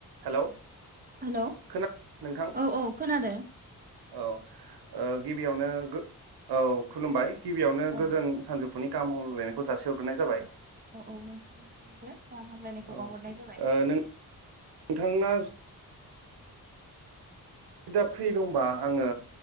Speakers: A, on the right; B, on the right.
A: Hello
B: hello
A: खोना नोंथां
B: औ औ खोनादों
A: औ ओ गिबियावनो गो औ खुलुमबाय गिबियावनो
B: औ
A: गोजोन सानजु नि गाहाम हामलायनायखौ जासि हरग्रोनाय जाबाय
B: औ औ नोंथांनिसिमबो गाहाम हामलायनायखौ
A: औ
B: बावहरनाय जाबाय
A: नों नोंथां नोंथाङा फ्रि दंबा आङो